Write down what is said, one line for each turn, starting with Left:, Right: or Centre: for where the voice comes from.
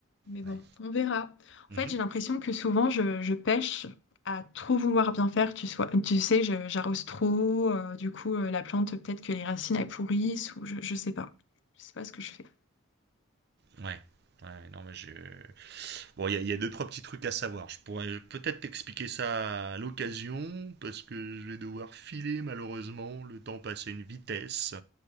Left: mais bon,
Right: Ouais.
Left: on verra.
Right: Mhm.
Left: En fait, j'ai l'impression que souvent, je, je pêche à trop vouloir bien faire. Tu, sois, tu sais, je- j'arrose trop. euh, du coup, euh, la plante, peut-être que les racines, elles pourrissent ou je, je sais pas. Je sais pas ce que je fais.
Right: Ouais. Ouais, non, mais je. Bon, il y, a- il y a deux, trois petits trucs à savoir. Je pourrais peut-être t'expliquer ça à l'occasion, parce que je vais devoir filer malheureusement, le temps passe à une vitesse.